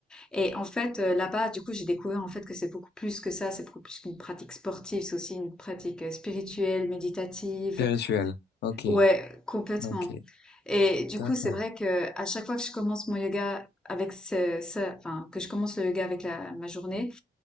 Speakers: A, in the centre; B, on the left.
A: Et en fait, euh, là-bas, du coup, j'ai découvert en fait que c'est beaucoup plus que ça, c'est beaucoup plus qu'une pratique sportive, c'est aussi une pratique euh, spirituelle, méditative.
B: Spirituel. Ok,
A: Ouais, complètement.
B: ok,
A: Et du
B: d'accord.
A: coup, c'est vrai que à chaque fois que je commence mon yoga avec ce, ça, enfin, que je commence le yoga avec la, ma journée,